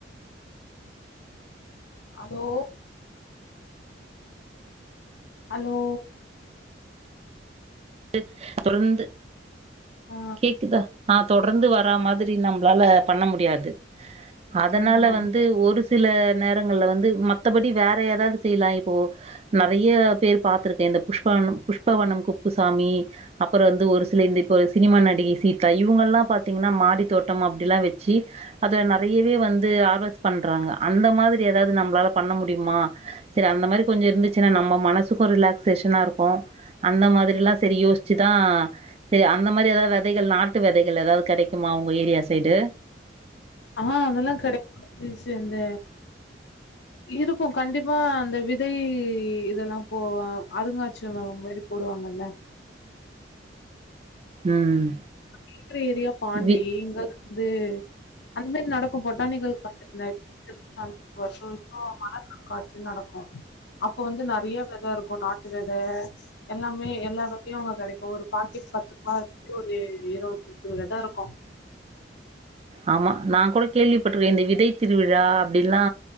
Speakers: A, on the left; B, on the right.
A: அலோ அலோ
B: டு தொடர்ந்து
A: ஆ
B: கேக்குதா ஆஹ் தொடர்ந்து வரா மாதிரி நம் பலால்ல பண்ண முடியாது அதனால
A: ஆ
B: வந்து ஒரு ச் சில நேரங்கள்ல வந்து மத்தபடி வேற எதாவது செய்யலா இப்போ நறயா பேர் பாத்துருக்க இந்த புஷ்ப அன்னம் புஷ்பவனம் கு ப்புசாமி அப்புற வந்து ஒரு சில இந்த இப்பொ சினிமா நடிகை சீத்தா இவங்கல்லா பாத்திங்கனா மாடி தோட்டம் அப்டிலா வெச்சி அதுல நெறயவே வந்து ஆவஸ் பண்றாங்க அந்த மாதிரி எதாவது நம்பலால பண்ண முடியுமா சரி அந்த மாரி கொஞ்சொ இருந்துச்சினா நம்ம மனசுக்கு ரிலாக்ஸ்ஸேஷனா இருக்கு அந்த எல்லா சேரி யோசிச்சுதா சேரி அந்த மாரி ஏதாவது வெதைகள் நாட் டு வெதைகள் ஏதாவது கெடைக்குமா உங்க ஏரியா சைடு
A: ஆஹ் அதெல்லா கெடைக்கொ சிச் இந்த இருக்கு கண்டிப்பா அந்த விதை இதெல்லா போ அருங்காட்சிய அது மாரி போடுவாங்கல்ல
B: ம்
A: இருக்குற ஏரியா பாண்டி
B: வி
A: இங்கலா வந்து அந்த மெரி நடக்கு பொட்டானிக்கல் கார்டன்ல <inaudible> வருஷோ வருஷோ மழ காட்சி நடக்கு அப்போ வந்து நெறைய வெத இருக்கு நாட்டு வெத எல்லாமே எல்லா வெதையு அங்க கெடைக்கு ஒரு பாக்கெட் பத்து ரூபா ஒரு இருவது இவ்ளோதா இருக்கொ
B: ஆமா நா கூட கேள்விப்பட்ருக்கே இந்த விதை திருவிழா அப்டில்லா